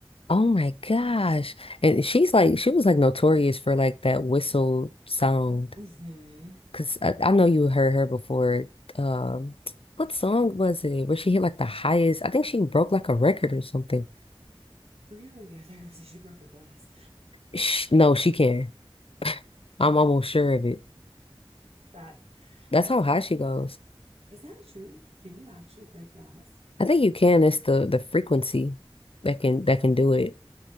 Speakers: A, on the left; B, on the right.
A: Oh my gosh. And she's like, she was like notorious for like that whistle sound.
B: hmm
A: Cause I, I know you heard her before. Um, what song was it where she hit like the highest? I think she broke like a record or something.
B: Really? I thought you were saying she broke a glass.
A: Sh no, she can. I'm almost sure of it.
B: <laughs> that
A: That's
B: I
A: how
B: want.
A: high she goes.
B: Is that true? Can you actually break glass?
A: I think you can. It's the the frequency that can that can do it.